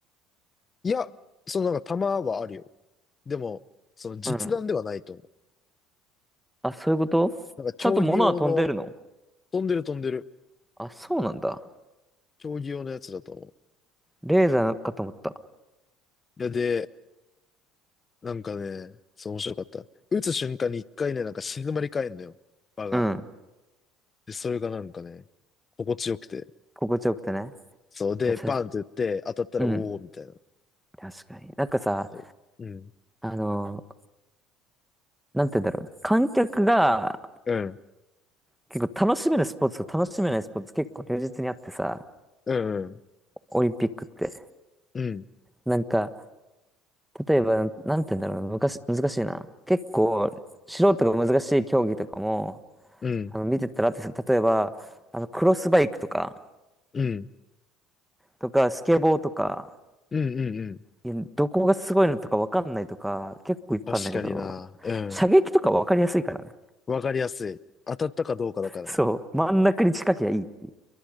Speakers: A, on the left; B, in the centre.
A: いや、そのなんか球はあるよ。でも、その実弾ではないと思う。
B: うん。あ、そういうことちゃんと物は飛んでるの
A: なんか競技用の、飛んでる飛んでる。
B: あ、そうなんだ。
A: 競技用のやつだと思う。
B: レーザーかと思った。
A: いや、で、なんかね、そう面白かった。打つ瞬間に一回ね、なんか静まり返んのよ。場が。
B: うん。
A: で、それがなんかね、心地よくて。
B: 心地よくてね。
A: そう。で、
B: やっぱさ
A: バンって打って、当たったら、
B: うん。
A: おー、みたいな。
B: 確かに。なんかさ、
A: そううん。
B: あのーなんて言うんだろう。観客が
A: うん。
B: 結構楽しめるスポーツと楽しめないスポーツ結構如実にあってさ、
A: うん。
B: オリンピックって。
A: うん。
B: なんか、例えば、なんて言うんだろうな。昔、難しいな。結構、素人が難しい競技とかも、
A: うん。
B: あの、見てたらあって、その例えば、あの、クロスバイクとか、
A: うん。うん。
B: とか、スケボーとか、
A: うん。うん。うん。
B: いや、どこがすごいのとかわかんないとか、結構いっぱいあるんだけど、
A: 確かにな。うん。
B: 射撃とかわかりやすいからね。
A: わかりやすい。当たったかどうかだからね。
B: そう、真ん中に近きりゃいいっていう。